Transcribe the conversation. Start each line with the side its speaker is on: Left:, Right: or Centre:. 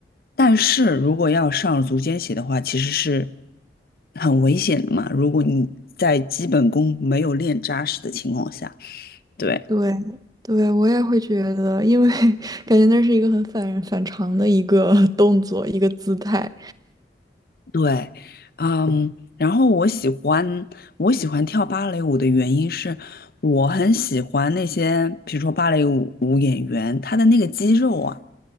Left: 但是如果要上足尖鞋的话，其实是很危险的嘛，如果你在基本功没有练扎实的情况下，对，
Right: 对，对，我也会觉得，因为 <laughs> 感觉那是一个很反反常的一个 <laughs> 动作，一个姿态。
Left: 对，嗯，然后我喜欢我喜欢跳芭蕾舞的原因是，我很喜欢那些比如说芭蕾舞舞演员，他的那个肌肉啊，